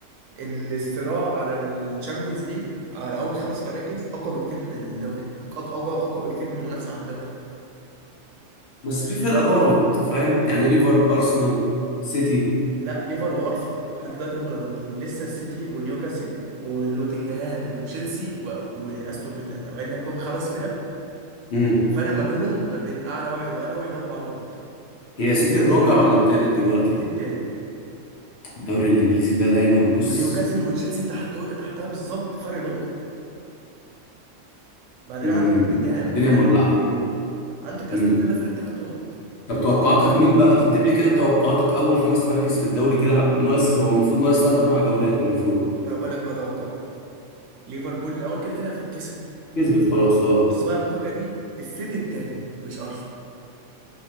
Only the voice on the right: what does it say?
ان الصراع على الشامبيونز ليج على اول خمس مراكز اقوى بكتير من الدوري أق- أق- اقوى اقوى بكتير من المنافسه على الدوري
لا ليفر وارسنال لحد دلوقتي هم اللي ضامنين لسه السيتي ونيوكاسل ونوتنجهام وتشيلسي و... واستون فيلا انا قايل لك أهو خمس فرق
الفرق ما بينهم ما بين اعلى واحد واقل واحد اربع نقط
السيتي التالت
ونيوكاسل وتشيلسي تحته تحتها بالظبط فرق نقطة بعدين
عندك نوتنجهام
فرق
نقطتين عندك
استون فيلا فرق ثلاث نقط
ما انا بقول لك بقى توقعي ليفربول الاول كده كده كسب
بص بقى المفاجأة دي السيتي التاني مش ارسنال